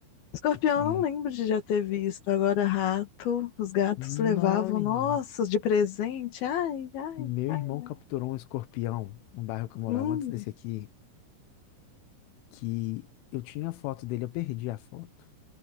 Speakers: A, on the left; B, on the left.
A: Escorpião,
B: Aqui,
A: eu não lembro de já ter visto. Agora, rato, os gatos
B: não,
A: levavam,
B: menina.
A: nossa, de presente. Ai, ai,
B: Meu
A: ai,
B: irmão capturou
A: ai.
B: um escorpião no bairro que eu morava
A: Hum,
B: antes desse aqui, que eu tinha a foto dele, eu perdi a foto,